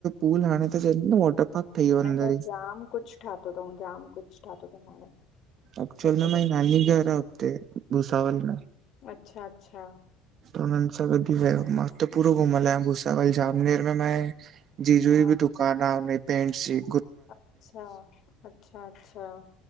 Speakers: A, on the right; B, on the left.
A: पूल हाणे त वॉटर पार्क। ठही वियो
B: हाणे
A: अंदर
B: त
A: ई
B: जाम कुछ ठातो तऊ जाम कुछ ठातो तऊं हाणे।
A: एक्चुअली,
B: हिकदमि
A: मां ई नानी घर आ हुते भुसावल में।
B: अच्छा अच्छा।
A: त हुनन सां गॾ मां त पूरो घुमल आहियां भुसावल, जामनेर में। जीजूई
B: हा
A: बि दुकान आ, उन्हेय पेंट सी।
B: अच्छा अच्छा अच्छा